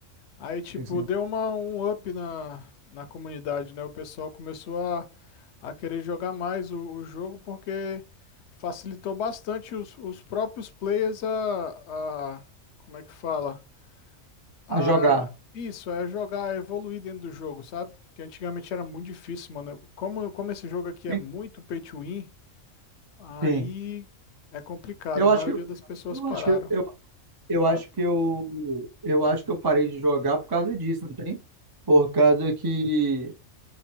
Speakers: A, on the left; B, on the right.
A: Aí, tipo,
B: Sim, sim.
A: deu uma, um up na, na comunidade, né? O pessoal começou a, a querer jogar mais o, o jogo porque facilitou bastante os, os próprios players a, a. Como é que fala? A.
B: A jogar.
A: Isso, é jogar, a evoluir dentro do jogo, sabe? Porque antigamente era muito difícil, mano. Como, como esse jogo aqui é
B: En-
A: muito pay to win, aí
B: Sim.
A: é complicado.
B: Eu
A: A
B: acho
A: maioria
B: que
A: das pessoas
B: eu
A: pararam,
B: acho que eu, eu
A: tá?
B: acho que eu eu acho que eu parei de jogar por causa disso, não tem? Por causa que